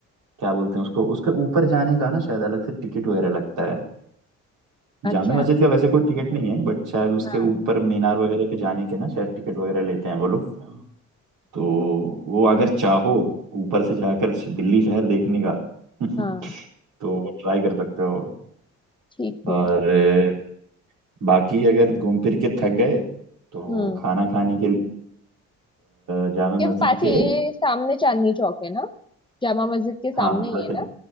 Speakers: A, on the right; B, on the left.
A: क्या बोलते हैं उसको उसके ऊपर जाने का ना शायद अलग से टिकट वगैरह लगता है
B: अच्छा
A: जामा मस्जिद का वैसे कोई टिकट नहीं है बट शायद उसके
B: हाँ
A: ऊपर मीनार वगैरह पे जाने के ना शायद टिकट वगैरह लेते हैं वो लोग तो वो अगर चाहो ऊपर से जाकर दिल्ली शहर देखने का <laughs>
B: हाँ
A: तो ट्राई कर सकते हो
B: ठीक
A: और
B: है
A: अ, बाकी अगर घूम फिर के थक गए तो
B: हम्म
A: खाना खाने के लिए अ, जामे
B: ये
A: मस्जिद
B: पास ही
A: के
B: सामने चांदनी चौक है ना जामा मस्जिद के सामने
A: हाँ लाल
B: ही
A: किला
B: है ना